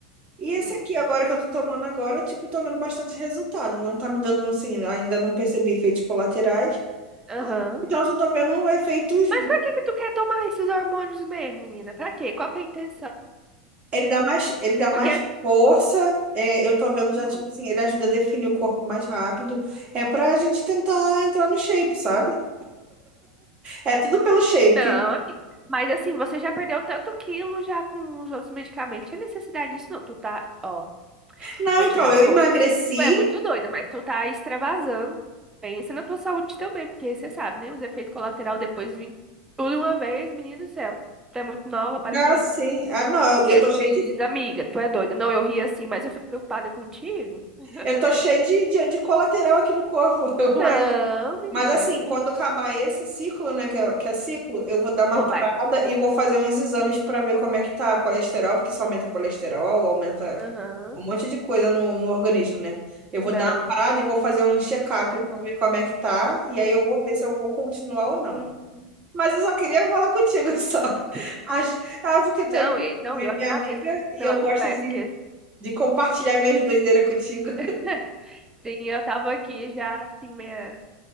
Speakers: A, on the right; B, on the right.
A: E
B: Hum.
A: esse aqui agora que eu tô tomando agora, tipo, tô vendo bastante resultado. Não tá me dando, assim, ainda não percebi efeitos colaterais.
B: Aham.
A: Então, eu só tô vendo efeitos
B: Mas
A: bons.
B: pra que que tu quer tomar esses hormônios mesmo, menina? Pra quê? Qual que é a intenção?
A: Ele dá mais, ele dá
B: Porque...
A: mais força. é, eu tô vendo já,
B: Hum.
A: tipo assim, ele ajuda a definir o corpo mais rápido. É pra gente tentar entrar no shape, sabe? É tudo pelo shape.
B: Não, amiga. Mas assim, você já perdeu tanto quilo já com os outros medicamentos. Tinha necessidade disso, não. Tu tá, ó,
A: Não,
B: vou
A: então,
B: te dar
A: eu
B: um conselho.
A: emagreci.
B: Tu é muito doida, mas tu tá extravasando. Pensa na tua saúde também, porque você sabe, né? Os efeitos colaterais depois vêm tudo uma vez, menino do céu. Tu é muito nova, para
A: Não,
B: com isso.
A: sim. Ah, não, eu,
B: Prejuízo,
A: eu tô cheio de,
B: amiga, tu é doida. Não, eu ri assim, mas eu fico preocupada contigo. <laughs>
A: eu tô cheio de, de, de colateral aqui no corpo. <laughs> Mas,
B: Não, menina,
A: mas assim,
B: que...
A: quando acabar esse ciclo, né, que é, que é ciclo, eu vou dar uma
B: tu
A: parada
B: vai parar.
A: e vou fazer uns exames pra ver como é que tá a colesterol, porque isso
B: de
A: aumenta colesterol, aumenta
B: Aham.
A: um monte de coisa no, no organismo, né? Eu vou
B: Não,
A: dar uma parada e vou fazer um check-up
B: não é
A: pra
B: bom.
A: ver como é que tá, e aí eu vou ver se eu vou continuar ou não.
B: Uhum.
A: Mas eu só queria falar contigo <laughs> só.
B: Sim.
A: Acho- Ah, porque tu
B: Não,
A: é
B: e- não,
A: minha
B: eu agradeço
A: amiga e
B: pela
A: eu
B: conversa,
A: gosto de,
B: que
A: de compartilhar minhas doideiras contigo.
B: <laughs> sim, eu tava aqui já assim, meia,